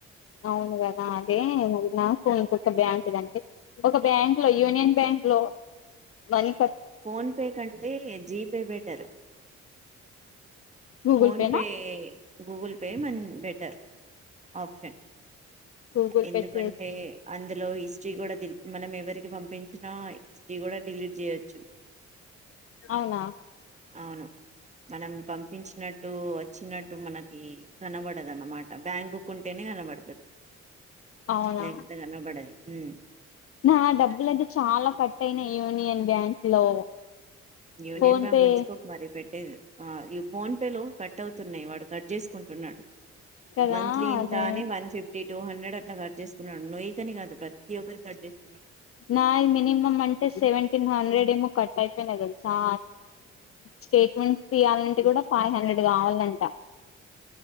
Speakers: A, on the left; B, on the right.
A: అవునుదనా అదేది నా స్కూల్ కుక్క బ అంటదంట ఒక బ్యాంక్ లో యూనియన్ బ్యాంక్ లో మని
B: ఫోన్పే కంటే జీపే బెటరు
A: గూగుల్
B: ఫోన్పే
A: పేనా
B: గూగుల్ పే మ బెటర్ ఆప్షన్
A: గూగుల్
B: ఎందుకంటే
A: పే చేసి
B: అందులో హిస్టరీ కూడా మనం ఎవరికి పంపించినా హిస్టరీ కూడా డిలీట్ చేయొచ్చు
A: అవునా
B: అవును మనం పంపించినట్టు వచ్చినట్టు మనకి కనబడదు అన్నమాట బ్యాంక్ బుక్ ఉంటేనే కనబడతుది
A: అవునా
B: లేకపోతే కన పడది హమ్
A: నా డబ్బులు అతే చాలా కట్ అయినాయి యూనియన్ బ్యాంక్ లో
B: యూనియన్
A: ఫోన్
B: బ్యాంక్
A: పే
B: ఉంచుకో మరీ పెట్టేది ఆ యూపీ ఫోన్ పే లో కట్ అవుతున్నాయి వాడు కట్ చేసుకుంటున్నాడు
A: కదా
B: మంత్లీ ఇంత
A: అదే
B: అని one fifty tea two hundred అట్లా కట్ చేసుకున్నాడు నొయ్యి కని కాదు ప్రతి ఒక్కరు కట్ చేస్తున్నాడు
A: నా మినిమమ్ అంటే సెవెంటీన్ హండ్రెడ్ ఏము కట్ అయిపోన అదంత చా స్టేట్మెంట్ తీయాలంటే కూడా ఫైవ్ హండ్రెడ్ కావాలంట